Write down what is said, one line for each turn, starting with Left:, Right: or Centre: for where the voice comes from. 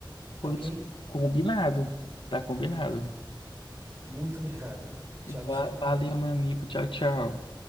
Left: pois
Right: Tá ok?
Left: combinado, tá combinado.
Right: Muito <laughs> obrigado, Rômulo. Tchau,
Left: Va-
Right: tchau.
Left: Valeu, meu amigo. Tchau, tchau.